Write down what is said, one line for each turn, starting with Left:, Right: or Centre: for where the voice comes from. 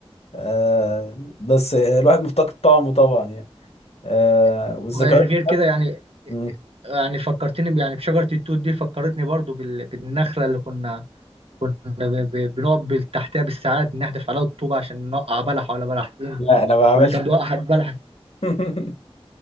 Left: آه بس الواحد مفتقد طعمه طبعا يعني آه والذكريات
Right: غير كده يعني
Left: مم.
Right: يعني فكرتني ب- يعني بشجرة التوت دي فكرتني برضو بال- بالنخلة اللي كنا كنا ب- ب- بنقف بال- تحتها بالساعات نحدف عليها الطوبة عشان نوقع بلح ولا بلحتين
Left: لا انا ما عملت
Right: واللي كان بيوقع <laughs> بلح
Left: <laughs>